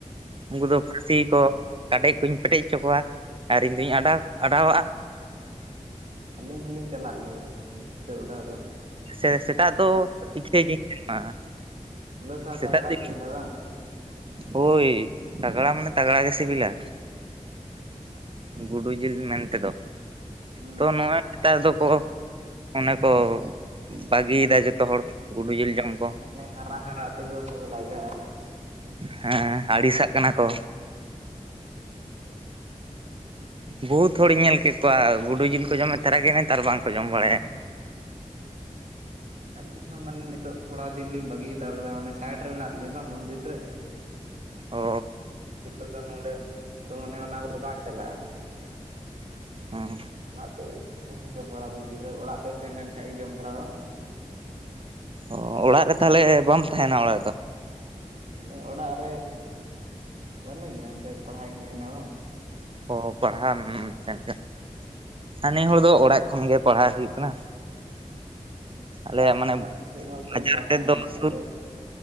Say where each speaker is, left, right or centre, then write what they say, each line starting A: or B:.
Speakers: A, on the right; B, on the right.
A: ᱩᱱᱠᱩ ᱫᱚ ᱯᱷᱟᱹᱥᱤ ᱠᱚᱼᱼ ᱠᱟᱰᱮᱡ ᱠᱩᱧ ᱯᱮᱴᱮᱡ ᱪᱚ ᱠᱚᱣᱟ ᱟᱨ ᱤᱧᱫᱩᱧ ᱟᱰᱟᱣ ᱟᱰᱟᱣᱟᱜᱼᱟ
B: ᱟᱹᱞᱤᱧ ᱦᱚᱞᱤᱧ ᱪᱟᱞᱟᱜ ᱜᱮᱭᱟ ᱢᱟᱱᱮ ᱥᱤᱴᱟᱹ ᱚᱰᱟᱣ ᱫᱚ
A: ᱥᱮ ᱥᱮᱛᱟᱜ ᱫᱚ
B: ᱩᱞᱟᱹ
A: ᱤᱠᱷᱟᱹᱭ ᱜᱤᱧ ᱮᱢᱟᱜᱼᱟ
B: ᱦᱮᱞᱳ ᱥᱟᱛ
A: ᱥᱮᱛᱟᱜ
B: ᱛᱟᱜᱽᱲᱟ
A: ᱫᱚ
B: ᱥᱩᱭᱞᱟ <inaudible> ᱵᱟᱝ
A: ᱦᱳᱭ ᱛᱟᱜᱽᱲᱟ ᱢᱟᱱᱮ ᱛᱟᱜᱽᱲᱟ ᱜᱮ ᱥᱤᱵᱤᱞᱟ ᱜᱩᱰᱩ ᱡᱤᱞ ᱢᱮᱱᱛᱮᱫᱚ
B: ᱦᱩᱸ
A: ᱛᱚ ᱱᱚᱣᱟ ᱱᱮᱛᱟᱨ ᱫᱚᱠᱚ ᱚᱱᱮ ᱠᱚᱼᱼ ᱵᱟᱹᱜᱤᱭᱫᱟ ᱡᱚᱛᱚᱦᱚᱲ ᱜᱩᱰᱩ ᱡᱤᱞ ᱡᱚᱢ ᱠᱚ
B: ᱢᱟᱱᱮ ᱦᱟᱨᱟ ᱦᱟᱨᱟ ᱛᱮᱫᱚ ᱥᱤᱵᱤᱞᱟ ᱡᱟ ᱼᱼ
A: ᱦᱮᱸ ᱟᱲᱤᱥᱟᱜ ᱠᱟᱱᱟ ᱠᱚ ᱵᱩᱦᱩᱛ ᱦᱚᱲᱤᱧ ᱧᱮᱞ ᱠᱮᱫ ᱠᱣᱟ ᱜᱩᱰᱩ ᱡᱤᱞ ᱠᱚ ᱡᱚᱢᱮᱫ ᱛᱟᱨᱟᱜᱮ ᱱᱮᱛᱟᱨ ᱵᱟᱝᱠᱚ ᱡᱚᱢ ᱵᱟᱲᱟᱭᱟ᱾
B: ᱟᱹᱞᱤᱧ ᱦᱚᱸ ᱢᱟᱱᱮ ᱱᱤᱛᱚᱜ ᱛᱷᱚᱲᱟ ᱫᱤᱱ ᱞᱤᱧ ᱵᱟᱹᱜᱤ ᱦᱟᱛᱟᱲ ᱠᱮᱫᱟ ᱢᱟᱱᱮ ᱥᱟᱭᱤᱰ ᱨᱮ ᱢᱮᱱᱟᱜ ᱞᱤᱧᱟ ᱵᱟ ᱢᱚᱱᱫᱤᱞ ᱨᱮ᱾
A: ᱚ
B: ᱤᱱᱴᱚᱨ ᱫ ᱱᱚᱰᱮ ᱫᱚ ᱢᱟᱱᱮ ᱚᱱᱟ ᱠᱚᱫᱚ ᱵᱟᱝ ᱪᱟᱞᱟᱜ-ᱟ᱾
A: ᱚᱸ
B: ᱚᱱᱟᱛᱮ ᱡᱚᱢ ᱵᱟᱲᱟ ᱫᱚ ᱡᱤᱨᱟᱹᱣ ᱚᱲᱟᱜ ᱛᱮ ᱥᱮᱱ ᱞᱮᱱ ᱠᱷᱟᱱᱡ ᱜᱮ ᱡᱚᱢ ᱵᱟᱲᱟᱣᱟ᱾
A: ᱚ ᱚᱲᱟᱜ ᱨᱮ ᱛᱟᱦᱚᱞᱮ, ᱵᱟᱢ ᱛᱟᱦᱮᱱᱟ ᱚᱲᱟᱜ ᱨᱮᱫᱚ?
B: ᱮ ᱚᱲᱟᱜ ᱨᱮ ᱵᱟᱹᱱᱩᱧᱟ, ᱱᱛᱮ ᱯᱟᱲᱦᱟᱜ ᱤᱧ ᱦᱮᱡ ᱠᱟᱱᱟ ᱵᱟᱝ?
A: ᱚ ᱯᱟᱲᱦᱟᱣ ᱮᱢ ᱥᱮᱱ ᱠᱟᱱᱟ᱾ ᱦᱟᱸ ᱱᱮ ᱦᱚᱲ ᱫᱚ ᱚᱲᱟᱜ ᱠᱷᱚᱱ ᱜᱮ ᱯᱟᱲᱦᱟᱜ ᱦᱩᱭᱩᱜ ᱠᱟᱱᱟ᱾ ᱟᱞᱮᱭᱟᱜ
B: ᱚᱲᱟᱜ
A: ᱢᱟᱱᱮ
B: ᱨᱮᱢᱟ ᱠᱷᱚᱡ ᱛᱮᱢ
A: ᱵᱟᱡᱟᱨ
B: ᱯᱟᱲᱦᱟᱜ
A: ᱛᱮᱫ ᱫᱚ
B: ᱢᱟᱱᱮ
A: ᱥᱩᱨ
B: ᱟᱫᱚ